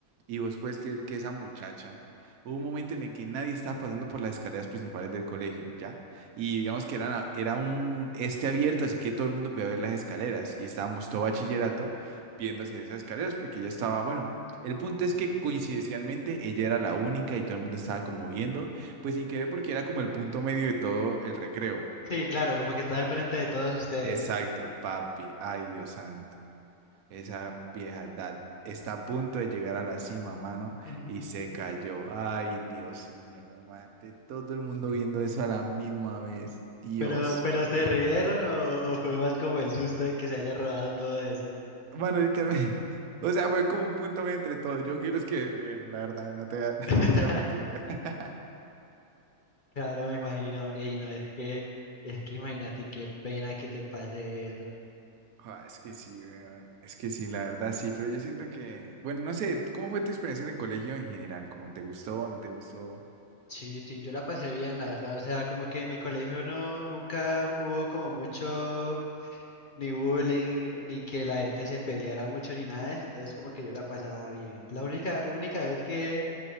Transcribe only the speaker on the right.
Y vos puedes creer que esa muchacha, hubo un momento en el que nadie estaba pasando por las escaleras principales del colegio, ¿ya? Y digamos que eran, a- era un este abierto, así que todo el mundo podía ver las escaleras. Y estábamos todo bachillerato viendo hacia esas escaleras porque ella estaba, bueno, el punto es que coincidencialmente ella era la única y todo el mundo estaba como viendo, pues sin querer porque era como el punto medio de todo el recreo.
Exacto, papi. Ay, Dios santo. Esa vieja edad está a punto de llegar a la cima, mano,
y se cayó. Ay, Dios mío, güey, mate. Todo el mundo viendo eso a la misma vez. Dios
santo.
güey.
Mano, literalmente. <laughs> O sea, fue como un punto medio entre todos. Yo quiero es que ríen, la verdad, no te voy a, <laughs>
no te voy a mentir. ya. <laughs>
Ah, es que sí, weón. Es que sí, la verdad sí, pero yo siento que, bueno, no sé, ¿cómo fue tu experiencia en el colegio en general? ¿Cómo te gustó o no te gustó?